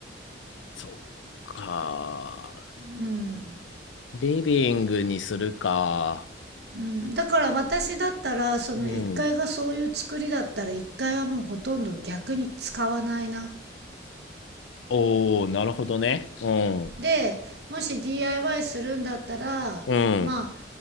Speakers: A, on the left (about 85°); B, on the right (about 60°).
A: そっか。
B: うん
A: リビングにするか。
B: うん、だから私だったらその1階がそういう作りだったら1階はもうほとんど逆に使わないな。
A: うん。おー、なるほどね。うん。
B: でもし DIY するんだったらまあ
A: うん。